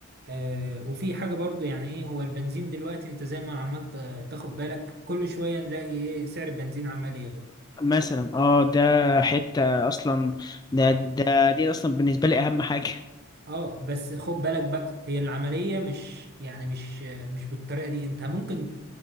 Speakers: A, on the right; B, on the left.
A: آه وفي حاجة برضو يعني ايه هو البنزين دلوقتي انت زي ما عمال تا- تاخد بالك كل شوية نلاقي ايه سعر البنزين عمال يغلى
B: مثلا اه ده حتة أصلا ده
A: اه
B: ده دي أصلا بالنسبة لي أهم حاجة
A: اه بس خد بالك بقى هي العملية مش يعني مش مش بالطريقة دي انت ممكن